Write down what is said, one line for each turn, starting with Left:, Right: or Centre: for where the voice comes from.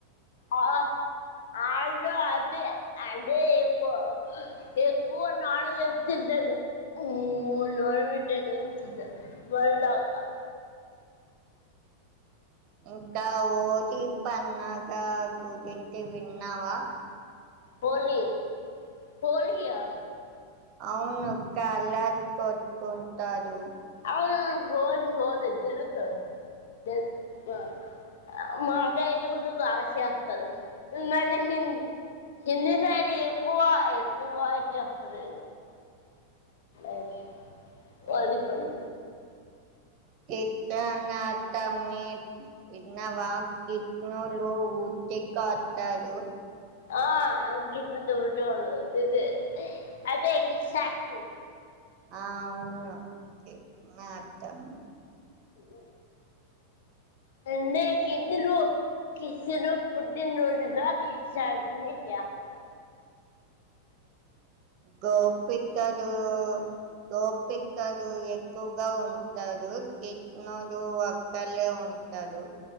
Left: ఆ ఆళ్ళు అదే అదే ఎక్కువ ఎక్కువ నాన్ వెజ్ తిన్ టరు మ్ నాన్ వేజే తింటరు మన లాగా కాదు
Right: ఇంకా ఓలి పన్నాగా గురించి విన్నావా?
Left: హోలీ హోలియా
Right: అవును కలర్స్ కొట్కుంటాలు
Left: అవును హోలీ హోలీ తెలుసు తెలుసు ఆ ఆ మా దగ్గర గుడ బాగా చేస్తారు ఉన్నారే హిందీ హిందీ సైడ్ ఎక్కువ ఎక్కువ చేస్తారు <unintelligible>
Right: ఆ
Left: వరి పండు
Right: ఇత్తన్న తమ్మి విన్నావా కిత్నూలు తిక్క అత్తదు
Left: ఆ గిడ్ దుబ్బట్ట ఉదుది అదే క్రిష్ణస్టమి
Right: ఆ అవును కిత్నత్తమి
Left: ఉ ఉ ఎండే చిన్నులు కిస్నుడు పుట్టిన రోజున సర్ద్మి చేస్తా
Right: గోపికలు గోపికలు ఎక్కువగా ఉంటరు కిట్నూడు ఒక్కలే ఉం ఉంటాడు